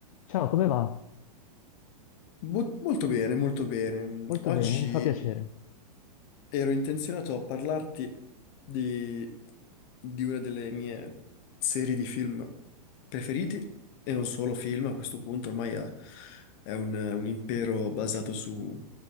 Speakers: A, on the left; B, on the left.
A: Ciao, come va?
B: Mo- molto bene, molto bene. Mm,
A: Molto
B: Oggi
A: bene, mi fa piacere.
B: ero intenzionato a parlarti di, di una delle mie serie di film preferiti, e non solo film, a questo punto ormai è, è un, un impero basato su